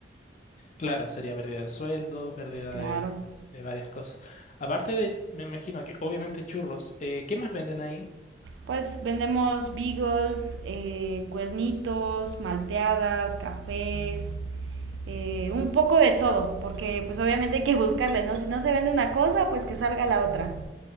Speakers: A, on the left; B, on the right.
A: Claro, sería pérdida de sueldo, pérdida
B: Claro.
A: de, de varias cosas. Aparte de, me imagino que obviamente churros, eh, ¿qué más venden ahí?
B: Pues vendemos beagles, eh, cuernitos, malteadas, cafés, eh, un poco de todo, porque pues obviamente hay que buscarle, ¿no? Si no se vende una cosa, pues que salga la otra.